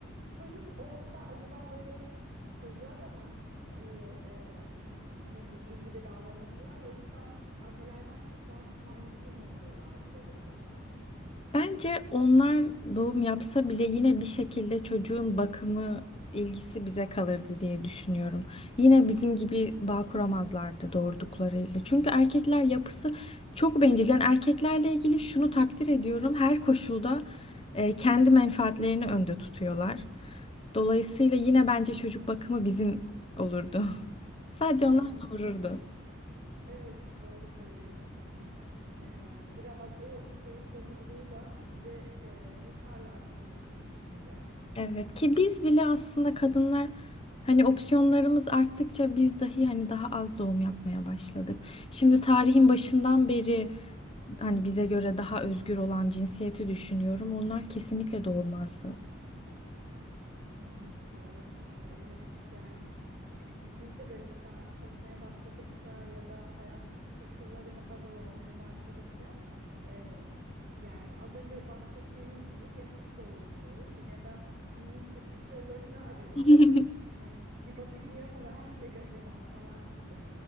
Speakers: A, on the right; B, on the left.
A: çocuk olsa acaba böyle çocuğa da mı iyi, e, ne bileyim ilgili davranırlar yoksa annelerden çok daha tahammülsüz mü olurlardı böyle bir durumda?
B: Bence onlar doğum yapsa bile yine bir şekilde çocuğun bakımı ilgisi bize kalırdı diye düşünüyorum. Yine bizim gibi bağ kuramazlardı doğurduklarıyla. Çünkü erkekler yapısı çok bencil. Yani erkeklerle ilgili şunu takdir ediyorum. Her koşulda e, kendi menfaatlerini önde tutuyorlar. Dolayısıyla yine bence çocuk bakımı bizim olurdu. <laughs> Sadece
A: Evet.
B: onlar doğururdu.
A: Evet, doğru söylüyorsun yani Ee, biraz o şeyi sorumluluğu da bize e, yıkarlardı diyorsun üstümüze.
B: Evet ki biz bile aslında kadınlar hani opsiyonlarımız arttıkça biz dahi hani daha az doğum yapmaya başladık. Şimdi tarihin başından beri hani bize göre daha özgür olan cinsiyeti düşünüyorum. Onlar kesinlikle doğurmazdı.
A: Hmm, doğru, doğru. Evet, yani e, biz de böyle mesela çalışmaya başladıkça ya da hayat koşulları daha zor olmaya başladıkça e, yani az önce bahsettiğimiz gibi ya hiç doğurmuyoruz ya da bunun kaçış yollarını <laughs> arıyoruz.
B: <laughs>
A: Hani bir bakıcıya mı versek acaba falan gibi.